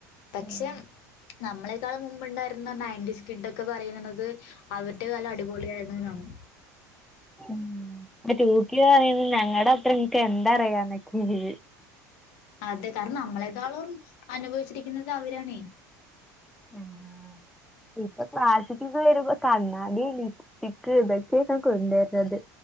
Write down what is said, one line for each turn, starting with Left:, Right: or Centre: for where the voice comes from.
Left: പക്ഷെ
Centre: ഉം
Left: നമ്മളെക്കാളും മുമ്പുണ്ടായിരുന്ന നയന്റിൻസ് കിഡ്ഒക്കെ പറയുന്നത് അവരുടെ കാലം അടിപൊളിയ ആയിരുന്ന എന്നാണ്
Centre: ഉം ഇപ്പ ചൂക്കി പറയുന്നത് ഞങ്ങളുടെ അത്ര നിങ്ങക്ക് എന്താ അറിയന്നൊക്കത്
Left: അതെ കാരണം നമ്മളെക്കാളും അനുഭവിച്ചിരിക്കുന്നത് അവരണേ <inaudible>
Centre: ആഹ് ഇപ്പൊ ക്ലാസ്ക്കൊക്കെ വരുമ്പോ കണ്ണാടി ലിപ്സ്റ്റിക്ക് ഇതൊക്കെയക്കാ കൊണ്ടുവരനത്